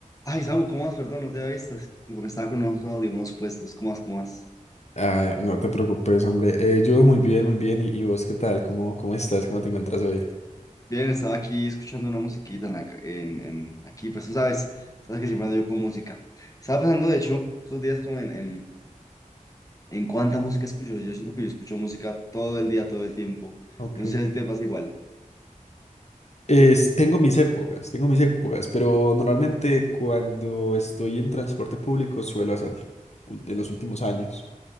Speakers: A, on the left; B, on the left.
A: Ay, Samu, ¿cómo vas? Perdón, no te había visto. Es que Me estaba con unos audífonos puestos. ¿Cómo vas? ¿Cómo vas?
B: Ah, no te preocupes, hombre. Eh, yo muy bien, muy bien. ¿Y, y vos qué tal? ¿Cómo, cómo estás? ¿Cómo te encuentras hoy?
A: Bien, estaba aquí escuchando una musiquita en, la ca- en, en- aquí, pues tú sabes, sabes que siempre ando yo con música. Estaba pensando, de hecho, estos días como en, en, en cuánta música escucho. Yo siento que yo escucho música todo el día, todo el tiempo.
B: Ok,
A: No sé si te pasa igual.
B: Es- tengo mis épocas, tengo mis épocas, pero normalmente cuando estoy en transporte público suelo hacerlo, ul- de los últimos años.